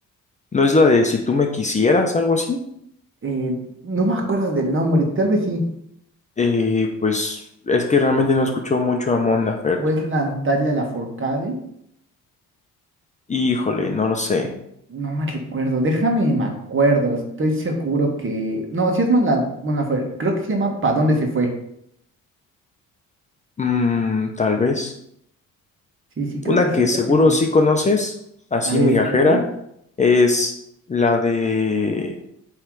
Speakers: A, on the left; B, on the right.
A: ¿No es la de si tú me quisieras, algo así?
B: Eh, no me acuerdo del nombre, tal vez sí.
A: Eh, pues es que realmente no escucho mucho a Mon Laferte.
B: Wesland Talia Lafourcade.
A: Híjole, no lo sé.
B: No me recuerdo, déjame, me acuerdo, estoy seguro que... No, sí es Monla... Monlafuerte, creo que se llama ¿Pa dónde se fue?
A: Mm, tal vez.
B: Sí, sí, creo
A: Una
B: que sí,
A: que
B: creo
A: seguro
B: que sí.
A: sí conoces, así
B: A ver,
A: migajera,
B: échale.
A: es la de